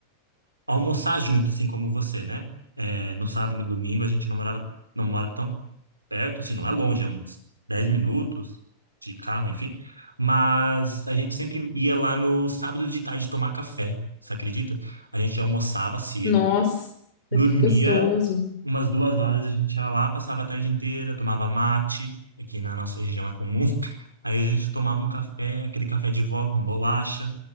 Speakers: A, on the right; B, on the left.
A: almoçar junto, assim como você, né? É, no sábado e no domingo a gente não morava, não mora tão perto, assim, não é longe, é uns 10 minutos de carro, enfim. Mas a gente sempre ia lá no sábado de tarde tomar café, você acredita? A gente almoçava cedo.
B: Nossa,
A: Dormia
B: que gostoso.
A: umas duas horas, a gente ia lá, passava a tarde inteira, tomava mate, aqui na nossa região é comum. <laughs> Aí a gente tomava um café, aquele café de vó com bolacha.